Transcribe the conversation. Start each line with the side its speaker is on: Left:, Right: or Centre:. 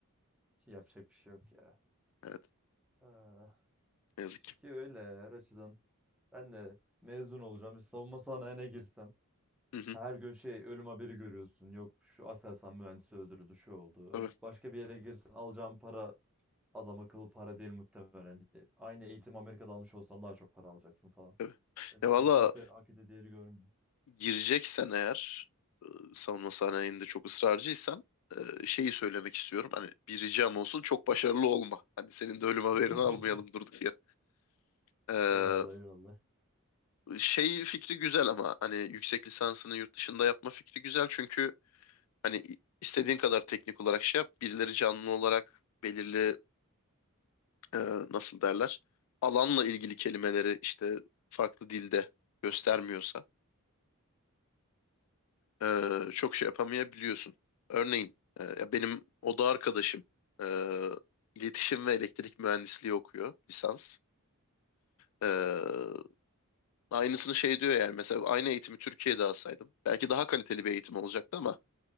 Centre: Şey yapacak bir şey yok ya.
Left: Evet,
Centre: Ah,
Left: ne yazık
Centre: Türkiye
Left: ki.
Centre: öyle ya, her açıdan. Ben de mezun olacağım. Bir savunma sanayine girsen.
Left: Hı hı,
Centre: Her gün şey ölüm haberi görüyorsun. Yok şu Aselsan mühendisi öldürüldü şu oldu.
Left: evet,
Centre: Ö- Başka bir yere girsen alacağın para adam akıllı para değil muhtemelen. E, Aynı eğitim Amerika'da almış olsan daha çok para alacaksın falan.
Left: evet.
Centre: Ülkede
Left: Ya valla
Centre: kimse hak ettiği değeri görmüyor.
Left: gireceksen eğer e, savunma sanayinde çok ısrarcıysan e, şeyi söylemek istiyorum. Hani bir ricam olsun çok başarılı olma. Hani senin de ölüm haberini
Centre: <laughs>
Left: almayalım durduk yere. Ee,
Centre: Eyvallah eyvallah.
Left: şey fikri güzel ama hani yüksek lisansını yurt dışında yapma fikri güzel çünkü hani istediğin kadar teknik olarak şey yap birileri canlı olarak belirli e, nasıl derler alanla ilgili kelimeleri işte farklı dilde göstermiyorsa e, çok şey yapamayabiliyorsun. Örneğin e, ya benim oda arkadaşım e, iletişim ve elektrik mühendisliği okuyor lisans. E, aynısını şey diyor yani mesela aynı eğitimi Türkiye'de alsaydım belki daha kaliteli bir eğitim olacaktı ama